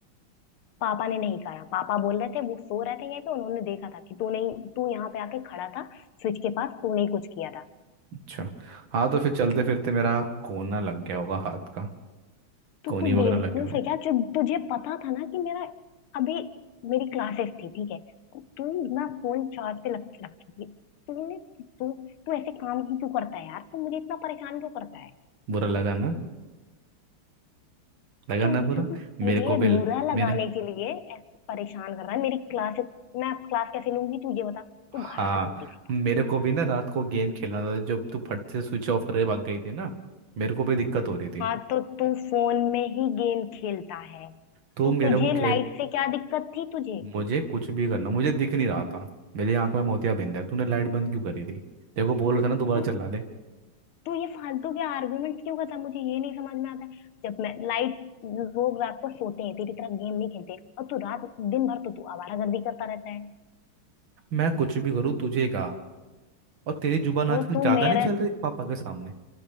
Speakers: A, on the left; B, on the right.
A: पापा ने नहीं कहा पापा बोल रहे थे वो सो रहे थे यहीं पे उन्होंने देखा था कि तूने तू यहाँ पे आके खड़ा था स्विच के पास तूने ही कुछ किया था
B: अच्छा हाँ तो फिर चलते फिरते मेरा कोना लग गया होगा हाथ का
A: तो
B: कोनी
A: तू
B: वगैरह
A: बेवकूफ
B: लग गया होगा
A: है क्या जब तुझे पता था ना कि मेरा अभी मेरी क्लासेस थी ठीक है तू ना फोन चार्ज पे रख रखी थी तूने तू तू ऐसे काम ही क्यों करता है यार तू मुझे इतना परेशान क्यों करता है
B: बुरा लगा ना लगा
A: तो
B: ना बुरा
A: तू
B: मेरे
A: मुझे
B: को भी
A: बुरा
B: ल-
A: लगाने
B: मेरे
A: के लिए ऐसे परेशान कर रहा है मेरी क्लास मैं अब क्लास कैसे लूंगी तू ये बता
B: हाँ
A: तू घर आ जल्दी से
B: मेरे
A: बस
B: को भी ना रात को गेम खेलना था जब तू फट से स्विच ऑफ करके भाग गई थी ना मेरे को भी दिक्कत हो रही थी
A: हाँ तो तू फोन में ही गेम खेलता है
B: तो
A: तो
B: मेरे
A: तुझे
B: को खेल
A: लाइट से क्या दिक्कत थी तुझे
B: मुझे कुछ भी करना मुझे दिख नहीं रहा था मेरी आंख में मोतियाबिंद है तूने लाइट बंद क्यों करी थी देखो बोल रहा था ना दोबारा
A: तू
B: चला दे
A: तू ये फालतू के आर्गुमेंट क्यों करता है? मुझे ये नहीं समझ में आता है जब मैं लाइट लोग रात को सोते हैं तेरी तरह गेम नहीं खेलते और तू रात दिन भर तो तू आवारागर्दी करता रहता है
B: मैं कुछ भी करूँ तुझे का और तेरी जुबान
A: तो
B: आजकल
A: तू
B: ज्यादा
A: मेरे
B: नहीं चल रही पापा के सामने